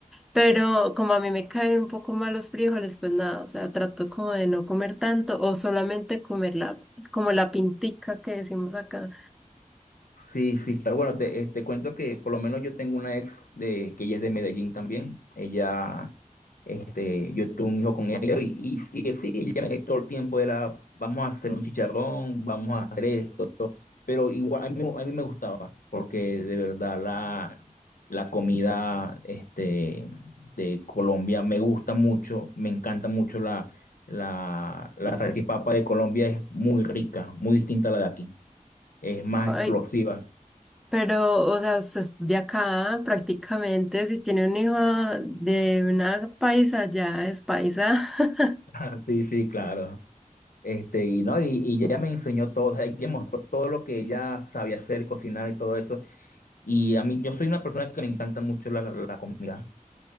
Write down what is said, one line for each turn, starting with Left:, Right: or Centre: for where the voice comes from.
Centre: Pero como a mí me caen un poco mal los frijoles, pues nada, o sea, trato como de no comer tanto o solamente comer la, como la pintica que decimos acá.
Left: Sí, sí, claro. Bueno, te, eh, te cuento que por lo menos yo tengo una ex de, que ella es de Medellín también. Ella, este, yo tuve un hijo con ella y, y sí, sí, ella me- todo el tiempo era, vamos a hacer un chicharrón, vamos a hacer esto. Pero igual, a mí, a mí me gustaba, porque de verdad la, la comida este, de Colombia me gusta mucho, me encanta mucho la, la, la salchipapa de Colombia, es muy rica, muy distinta a la de aquí, es más
Centre: Ay,
Left: explosiva.
Centre: Pero, o sea, usted es de acá prácticamente, si tiene un hijo de una paisa, ya es paisa. <laughs>
Left: <laughs> Sí, sí, claro. Este, y no, y, y ella me enseñó todo, o sea, ella me mostró todo lo que ella sabía hacer, cocinar y todo eso. Y a mí, yo soy una persona que me encanta mucho la, la comida.